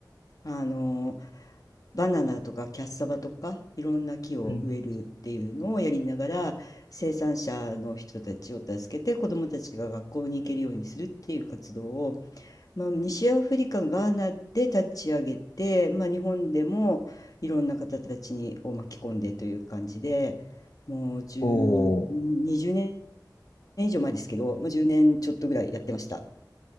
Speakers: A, on the left; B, on the left.
A: あの、バナナとかキャッサバとか、いろんな木を植えるっていうのをやりながら、
B: うん、
A: 生産者の人たちを助けて、子どもたちが学校に行けるようにするっていう活動をまあ、西アフリカ、ガーナで立ち上げて、まあ、日本でもいろんな方たちにを巻き込んでという感じで、もう10、
B: おお、
A: 20年以上前ですけど、まあ、10年ちょっとぐらいやってました。